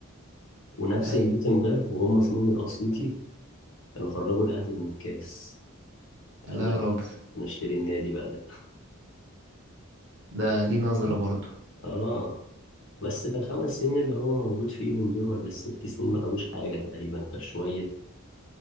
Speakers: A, on the left; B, on the right.
A: ونفس
B: ايوه
A: الموسم ده وهم اسمهم الأسيوطي كانوا خرجوا الاهلي من الكاس
B: لا
A: قال
B: يا
A: لك
B: راجل
A: نشتري النادي بقى ده
B: ده ليه نظرة برضه
A: اه بس في الخمس سنين اللي هو موجود فيهم دول ولا الست سنين ما خدوش حاجه تقريبا غير شويه